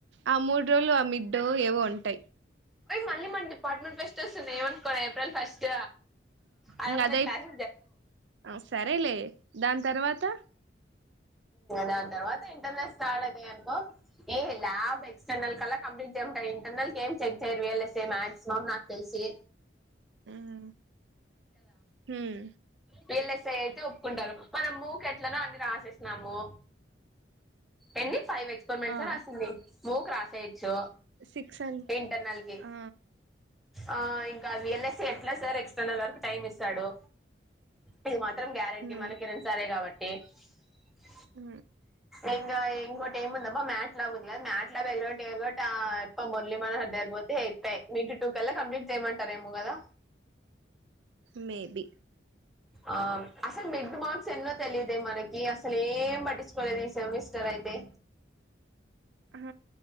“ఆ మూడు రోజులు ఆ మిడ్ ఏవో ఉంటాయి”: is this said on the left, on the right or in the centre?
Right